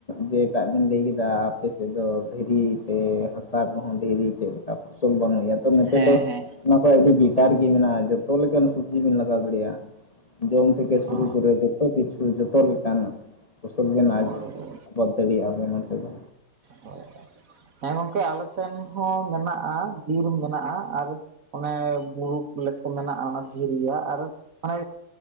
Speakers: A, on the left; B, on the right.
A: ᱡᱮ ᱥᱮᱛᱟᱜ ᱵᱮᱱ ᱞᱟᱹᱭ ᱠᱮᱫᱟ ᱟᱯᱮ ᱥᱮᱫ ᱫᱚ ᱫᱷᱤᱨᱤ ᱯᱮ ᱦᱟᱥᱟ ᱠᱚᱦᱚᱸ ᱫᱷᱤᱨᱤ ᱪᱮᱫ ᱞᱮᱠᱟ ᱯᱷᱚᱥᱚᱞ ᱵᱟᱝ ᱦᱩᱭᱩᱜᱼᱟ ᱛᱚ ᱱᱚᱛᱮ
B: ᱦᱮᱸ
A: ᱫᱚ
B: ᱦᱮᱸ
A: ᱚᱱᱟ ᱠᱷᱚᱡ ᱟᱹᱰᱤ ᱵᱮᱴᱟᱨ ᱜᱤ ᱢᱮᱱᱟᱜᱼᱟ ᱡᱚᱛᱚ ᱞᱮᱠᱟᱱ ᱥᱩᱵᱡᱤ ᱵᱤᱱ ᱞᱟᱜᱟᱣ ᱫᱟᱲᱮᱭᱟᱜᱼᱟ᱾ ᱡᱚᱢ ᱛᱷᱮᱠᱮ ᱥᱩᱨᱩ
B: ᱚ
A: ᱠᱚᱨᱮ ᱡᱚᱛᱚ ᱠᱤᱪᱷᱩ ᱡᱚᱛᱚ ᱞᱮᱠᱟᱱᱟ ᱯᱷᱚᱥᱚᱞ ᱵᱮᱱ
B: ᱚ
A: ᱵᱚᱫ ᱫᱟᱲᱮᱭᱟᱜᱼᱟ ᱱᱚᱛᱮ ᱫᱚ
B: ᱦᱳᱭ ᱦᱳᱭ ᱦᱮᱸ ᱜᱚᱝᱠᱮ ᱟᱞᱮ ᱥᱮᱱ ᱦᱚᱸ ᱢᱮᱱᱟᱜᱼᱟ ᱵᱤᱨ ᱢᱮᱱᱟᱜᱼᱟ᱾ ᱟᱨ ᱚᱱᱮ ᱵᱩᱨᱩᱠ ᱞᱮᱠ ᱢᱮᱱᱟᱜᱼᱟ ᱚᱱᱟ ᱫᱷᱤᱨᱤᱭᱟᱜ ᱟᱨ ᱢᱟᱱᱮ